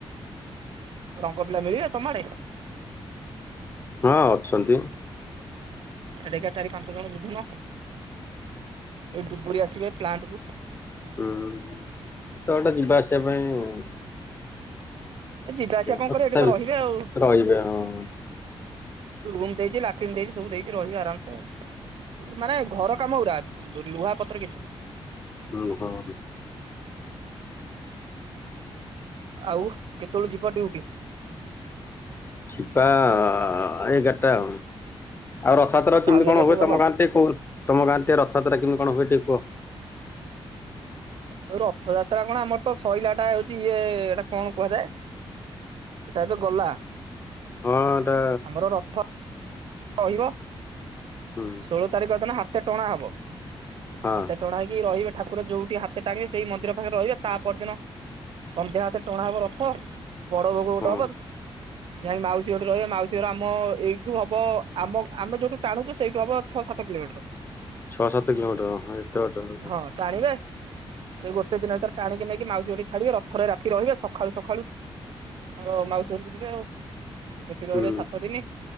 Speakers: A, on the right; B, on the left.
A: ରଙ୍ଗ ପିଲା ମିଳିବ ତମ ଆଡେ?
B: ହଁ ଅଛନ୍ତି।
A: ଆ ଦେଖିଆ ଚାରି ପାଞ୍ଚ ଜଣ ବୁଝୁନ? ଏ ଡୁବୁରି ଆସିବେ ପ୍ଲାଣ୍ଟ କୁ?
B: ଉମ୍ ଏତେ ବାଟ ଯିବା ଆସିବା ପାଇଁ
A: ଏ ଯିବା ଆସିବା କଣ
B: ତଥାପି
A: କରିବେ? ଏଇଠି ତ ରହିବେ ଆଉ।
B: ରହିବେ ହଁ
A: ରୁମ୍ ଦେଇଛି, ଲାଟିନ ଦେଇଛି, ସବୁ ଦେଇଛି। ରହିବେ ଆରାମସେ ଆଉ। ମାନେ ଘର କାମ ଗୁରା। ଲୁହା ପତ୍ର କିଛି ନୁହଁ।
B: ଲୁହା ହୁଁ।
A: ଆଉ କେତେବେଳୁ ଯିବ ଡିଉଟି?
B: ସିପା ଆ ଏଗାରଟା ଆ ଆଉ ରଥ ରଥଯାତ୍ରା
A: ଭାଉଜ
B: କେମିତି
A: ହେରିକା
B: କଣ
A: ସବୁ
B: ହୁଏ
A: ଭଲ
B: ତମ ଗାଁ ରେ ଟିକେ କହୁନ ତମ ଗାଁରେ ଟିକେ ରଥଯାତ୍ରା କେମତି କଣ ହୁଏ ଟିକେ କୁହ?
A: ଆଉ ରଥଯାତ୍ରା କଣ ଆମର ତ ଶଇଲା ଟା ହଉଛି ଇଏ ଏଇଟା କଣ କୁହାଯାଏ? ଏଟା ଏବେ ଗଲା
B: ହଁ ଏଟା
A: ଆମର ରଥ ରହିବ
B: ହୁଁ
A: ଷୋଳ ତାରିଖ ଦିନ ହାତେ ଟଣା ହେବ।
B: ହଁ
A: ହାତ ଟଣା ହେଇକି ରହିବେ ଠାକୁର ଯୋଉଠି ହାତେ ଟାଣିବେ ସେଇ ମନ୍ଦିର ପାଖରେ ରହିବେ ତା ପରଦିନ ସନ୍ଧ୍ୟା ହାତେ ଟଣାହବ ରଥ। ବଡ ଭୋଗ ଗୋଟେ
B: ହଁ
A: ହବ ଯାଇକି ମାଉସୀ ଘଟେ ରହିବେ ମାଉସୀର ଆମ ଏଇଠୁ ହବ ଆମ ଆମେ ଯୋଉଠୁ ଟାଣୁଛୁ ସେଇଠୁ ହବ ଛଅ ସାତ କିଲୋମିଟର।
B: ଛଅ ସାତ କିଲୋମିଟର ହଁ ଏତେ ବାଟ ତଥାପି।
A: ହଁ ଟାଣିବେ। ସେ ଗୋଟେ ଦିନ ଭିତରେ ଟାଣିକି ନେଇକି ମାଉସୀ ଘରଠି ଛାଡିବେ ରଥରେ ରାତି ରହିବେ ସଖାଳୁ ସଖାଳୁ ତାଙ୍କ ମାଉସୀ ଘରକୁ ଯିବେ ଆଉ ସେଠି ରହିବେ
B: ହୁଁ
A: ସାତ ଦିନି